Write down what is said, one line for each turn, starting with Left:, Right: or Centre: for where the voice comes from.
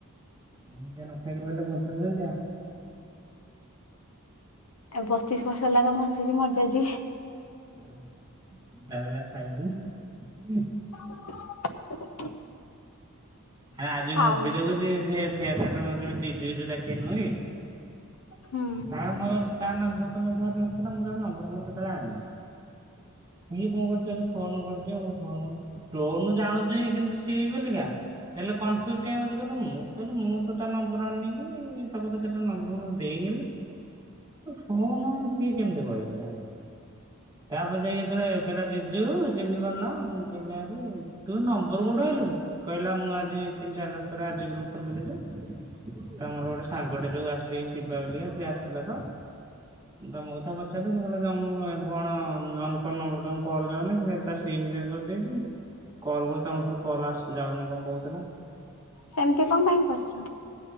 Right: ଏମିତିଆ ନ ଖାଇକି ରହିଲେ ବଞ୍ଚିବୁ କେମିତିଆ?
Left: ଏ ପଚିଶ ବର୍ଷ ହେଲା ତ ବଞ୍ଚୁଛି ମରିଯାଇଛି।
Right: ହଁ ବାବୁଲା ଖାଇଛି? ହଁ।
Left: <inaudible>
Right: ଆରେ ଆଜି
Left: ଖାଉଛି।
Right: ମୁଁ ମୁଭି ଦେଖୁଛି ସେ ସେ <unintelligible> ଜିଜୁ ଜିଜୁ ଡାକେ ନୁହଁ କି
Left: ହୁଁ
Right: ତାର ମୋର ତା ନ ତମ ଭର ନ ସେ ମୋର ନମ୍ବର ମୋର କେତେଟା ଆଣନି। ସେ କଣ କରୁଛି ଫୋନ କରୁଛି ଆଉ ଫୋନ ଟୋନ ଜାଣୁଚି କିନ୍ତୁ ସିଏ ବୋଲିକ।। ହେଲେ କନଫ୍ୟୁଜ କାଇଁ ହଉଛି କହିଲୁ, ମୁଁ କହିଲି ମୁଁ ତ ତା ନମ୍ବର ଆଣିନି କି ତାକୁ ବୋଧେ କେତେବେଳେ ନମ୍ବର ଫମ୍ୱର ଦେଇନି ଫୋନ ସିଏ କେମିତି କରିବ ତାହେଲେ ତାପରେ ଯାଇକି ଯେତେବେଳେ କହିଲା ଜିଜୁ ଚିହ୍ନି ପାରୁନ ମୁଁ କହିଲିରେ ତୁ ନମ୍ବର କୋଉଠୁ ଆଣିଲୁ, କହିଲା ମୁଁ ଆ ତିନି ଚାରି ମାସ ପରେ ଆଜି ଗ୍ରୁପ ଖୋଲିଥିଲି ଯେ ତ ଆମର ଗୋଟେ ସାଙ୍ଗଟେ ଯୋଉ ଆସିଶ୍ ଶିବା ବଲିକା ସିଏ ଆସିଥିଲେ ତ ମୁଁ ତମ କଥା ପଚାରିଲି ସେ କହିଲ ତମ କଣ ଅକଣ ନମ୍ବର ତମକୁ କଲ ଯାଉନି ସେ ତା ସିମ ଚେଞ୍ଜ କରିଦେଇଛି କଲ୍ କରଛି ତମ ରୁ କଲ ଆସୁ ଯାଉନି କଣ କହୁଥିଲା।
Left: ସେମିତି କଣ ପାଇଁ କରୁଛ?